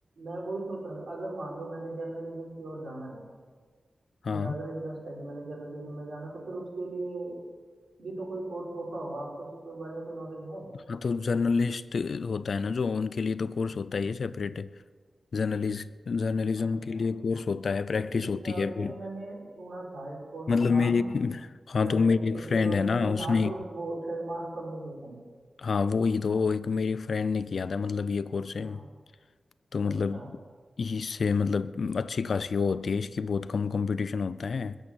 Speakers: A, on the right (about 65°); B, on the left (about 75°).
A: मैं वही सोच रहा हूँ अगर मान लो मैंने जर्नलिज्म की ओर जाना है
B: हाँ
A: मेरा अगर इंटरेस्ट है कि मैंने जर्नलिज्म में जाना है, तो फिर उसके लिए भी तो कोई कोर्स होता होगा आपको उसके बारे में कोई नॉलेज है
B: हाँ तो जर्नलिस्ट होता है ना जो उनके लिए तो कोर्स होता ही है सेपरेट जर्नलिज जर्नलिज्म
A: अच्छा
B: के लिए कोर्स होता है प्रैक्टिस
A: मेरे
B: होती
A: ख्याल
B: है फिर
A: से मैंने सुना था इस कोर्स
B: मतलब
A: का
B: मेरी
A: नाम
B: एक हाँ
A: शायद
B: तो मेरी एक
A: एक
B: फ्रेंड
A: यूनिवर्सिटी
B: है ना
A: में
B: उसने
A: था कुर वो शायद मास कम्युनिकेशन
B: हाँ वो ही तो एक मेरी फ्रेंड ने किया था मतलब ये कोर्स
A: हाँ
B: है तो मतलब
A: अच्छा
B: इससे मतलब अच्छी खासी वो होती है इसकी बहुत कम कंपटीशन होता है